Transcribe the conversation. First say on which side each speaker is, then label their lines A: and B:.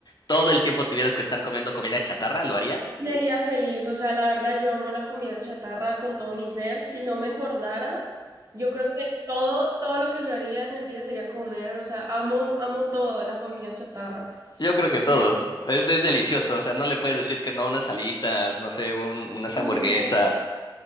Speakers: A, on the left; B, on the right.
A: todo el tiempo tuvieras que estar comiendo comida chatarra? ¿Lo harías?
B: Me haría feliz, o sea, la verdad yo amo la comida chatarra con todo mi ser. Si no me engordara, yo creo que todo, todo lo que yo haría en el día sería comer, o sea, amo, amo todo, la comida chatarra.
A: Yo creo que todos.
B: Me,
A: Es, es delicioso, o sea, no le puedes decir que no a unas alitas, no sé, un- unas
B: ah,
A: hamburguesas.
B: no,